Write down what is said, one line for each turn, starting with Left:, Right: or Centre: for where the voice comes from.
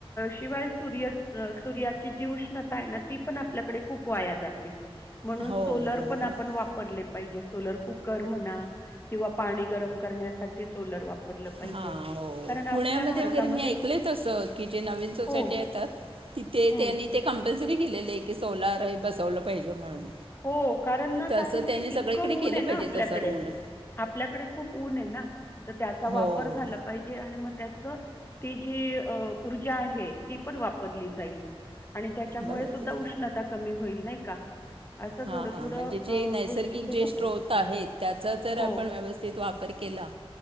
Left: शिवाय सूर्य सूर्याची जी उष्णता आहे ना, ती पण आपल्याकडे खूप वाया जाते. म्हणून
Right: हो
Left: सोलर
Right: बरोबर
Left: पण आपण वापरले पाहिजे सोलर कु कर म्हणा किंवा पाणी गरम करण्यासाठी सोलर वाप रलं पाहिजे.
Right: हां
Left: कारण आपल्या
Right: पुण्यामध्ये
Left: भारतामध्ये
Right: वगैरे मी ऐकल त अस की जे नवीन सोसायटी
Left: हो,
Right: येतात तिथे
Left: हं.
Right: त्यांनी ते कंपल्सरी गेलेले आहे की सोलार हे बसवलं पाहिजे. म्हणून
Left: हो कारण ना
Right: तसं
Left: काय
Right: त्यांनी
Left: की इतकं
Right: सगळीकडे केलं
Left: ऊन आहे
Right: पाहिजे
Left: ना आपल्याकडे
Right: तसं रूल
Left: आपल्याकडे खूप ऊन आहे ना. तर त्याचा वापर
Right: हो
Left: झाला पाहिजे आणि मग ती जी ऊर्जा आहे ती पण वापरली जाईल. आणि त्याच्यामुळे
Right: बरोबर
Left: सुद्धा उष्णता कमी होईल. नाही का. असं
Right: हा
Left: थोडं-थोडं
Right: म्हणजे जे
Left: अ,
Right: नैसर्गिक
Left: गोष्टी केल्या
Right: जे स्रोत
Left: पाहिजेत.
Right: आहेत त्याचा जर
Left: हो,
Right: आपण व्यवस्थित वापर केला